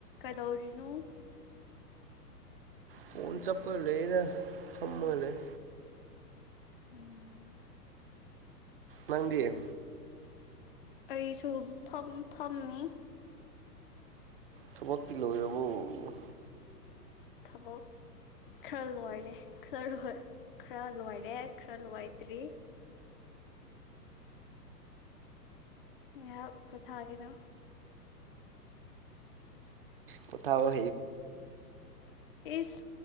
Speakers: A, on the left; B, on the right.
A: ꯀꯗꯧꯔꯤꯅꯣ
B: ꯐꯣꯟ ꯆꯠꯄꯒ ꯂꯩꯗ ꯊꯝꯃꯒ ꯂꯩ
A: ꯎꯝ
B: ꯅꯪꯗꯤꯌꯦ
A: ꯑꯩꯁꯨ ꯐꯝꯃꯤ
B: ꯊꯕꯣꯛ ꯄꯤꯂꯔꯕꯔꯕꯕꯨ
A: ꯊꯕꯛ ꯈꯔ ꯂꯣꯏꯔꯦ ꯈꯔ ꯈꯔ ꯂꯣꯏꯔꯦ ꯈꯔ ꯂꯥꯏꯗ꯭ꯔꯤ ꯌꯥ ꯄꯨ ꯊꯥꯒꯦꯅꯣ
B: ꯀꯣꯊ ꯍꯕ
A: <unintelligible> ꯏꯁ